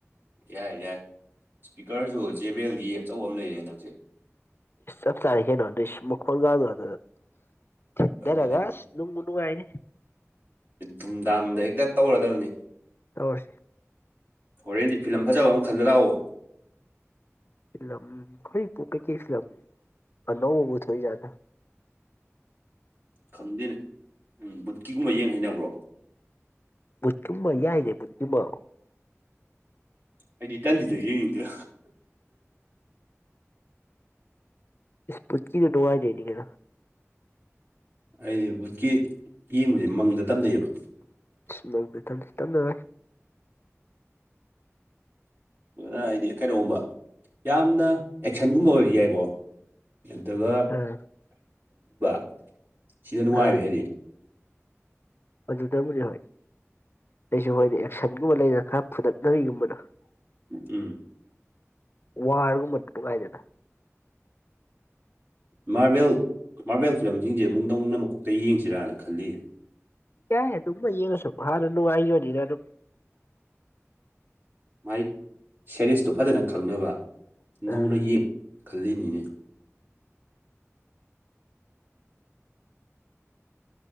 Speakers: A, on the right (about 45°); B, on the left (about 50°).
A: ꯌꯥꯏ ꯌꯥꯏ ꯏꯁꯄꯤꯀꯔꯁꯨ ꯖꯦꯕꯦꯜꯒꯤ ꯑꯆꯧꯕ ꯑꯃ ꯂꯩꯔꯦ ꯍꯟꯗꯛꯖꯤꯛ
B: ꯁ ꯇꯥꯈꯦꯅꯇ ꯃ ꯀꯣꯟ ꯀꯗ ꯊꯗ꯭ꯔ
A: ꯑꯗꯨꯅꯦ
B: ꯑꯒꯁ ꯅꯨꯡꯕꯨ ꯅꯨꯡꯉꯥꯏꯅꯤ
A: ꯗꯨꯝ ꯗꯥꯝꯗ ꯍꯦꯛꯇ ꯇꯧꯔꯗꯕꯅꯤ
B: ꯇꯧꯔꯁꯤ
A: ꯍꯣꯔꯦꯟꯗꯤ ꯐꯤꯂꯝ ꯐꯖꯕ ꯑꯃ ꯈꯜꯂ ꯂꯥꯛꯑꯣ
B: ꯐꯤꯂꯝ <unintelligible> ꯀꯩꯀꯩ ꯐꯤꯂꯝ ꯑꯅꯧꯕꯕꯨ ꯊꯣꯛꯏꯖꯥꯠꯂꯥ
A: ꯈꯪꯗꯦꯅꯦ ꯎꯝ ꯕꯨꯠꯀꯤꯒꯨꯝꯕ ꯌꯦꯡ ꯍꯩꯅꯕ꯭ꯔꯣ
B: ꯕꯨꯠꯀꯨꯝꯕ ꯌꯥꯏꯅꯦ ꯕꯨꯠꯀꯨꯝꯕ
A: ꯑꯩꯗꯤ ꯇꯜꯂꯤꯗ ꯌꯦꯡꯅꯤꯡꯗꯦ
B: ꯏꯁ ꯚꯨꯠꯀꯤꯗꯣ ꯅꯨꯡꯉꯥꯏꯅ ꯌꯦꯡꯅꯤꯉꯦꯗ
A: ꯑꯩꯗꯤ ꯕꯨꯠꯀꯤ ꯌꯦꯡꯕꯖꯦ ꯃꯪꯗ ꯇꯝꯅꯩꯌꯦꯕ
B: ꯑꯁ ꯃꯡꯗꯥ ꯇꯝꯅꯩ ꯇꯝꯅꯔꯣꯏ
A: ꯑ ꯑꯩꯗꯤ ꯀꯩꯅꯣꯒꯨꯝꯕ ꯌꯥꯝꯅ ꯑꯦꯛꯁꯟꯒꯨꯝꯕ ꯑꯣꯏꯔꯗꯤ ꯌꯥꯏꯀꯣ ꯑꯗꯨꯒ
B: ꯑꯥ
A: <unintelligible> ꯁꯤꯗ ꯅꯨꯡꯉꯥꯏꯕ
B: ꯑꯥ
A: ꯍꯦꯜꯂꯤ꯫
B: ꯑꯗꯨꯗꯕꯨꯗꯤ ꯍꯣꯏ ꯑꯩꯁꯨ ꯍꯣꯏꯗꯤ ꯑꯦꯛꯁꯟꯒꯨꯝꯕ ꯂꯩꯗꯅ ꯈꯔ ꯐꯨꯗꯠꯅꯕꯤꯒꯨꯝꯕꯗꯣ
A: ꯎꯝ
B: ꯋꯥꯔꯒꯨꯝꯕ ꯅꯨꯡꯉꯥꯏꯗꯅ
A: ꯃꯥꯔꯕꯦꯜ ꯃꯥꯔꯕꯦꯜ ꯐꯤꯂꯝꯁꯤꯡꯁꯦ ꯑꯃꯨꯛ ꯅꯧꯅ ꯑꯃꯀꯣꯛꯇꯩ ꯌꯦꯡꯁꯤꯔꯥꯅ ꯈꯜꯂꯤꯌꯦ
B: ꯌꯥꯏ ꯑꯗꯨꯒꯨꯝꯕꯥ ꯌꯦꯉꯁꯨ ꯍꯟꯅ ꯅꯨꯉꯏꯒꯤꯕꯅꯤꯅꯥ ꯑꯗꯨꯝ
A: ꯃꯥꯏ ꯁꯦꯔꯤꯁꯇꯨ ꯐꯖꯅ ꯈꯪꯅꯕ ꯅꯧꯅ
B: ꯑꯥ
A: ꯌꯦꯡ ꯈꯜꯂꯤꯅꯤꯅꯦ